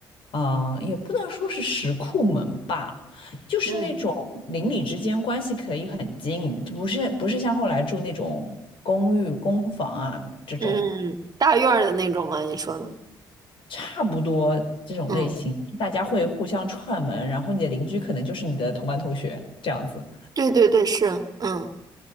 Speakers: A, on the left; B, on the right.
A: 嗯、也不能说是石库门吧，就是那种邻里之间关系可以很近，
B: 嗯
A: 就不是不是像后来住那种公寓、公房啊这种，
B: 嗯嗯，大院儿的那种吗？你说呢？
A: 差不多这种类型，
B: 嗯，
A: 大家会互相串门，然后你的邻居可能就是你的同班同学这样子，
B: 对对对，是，嗯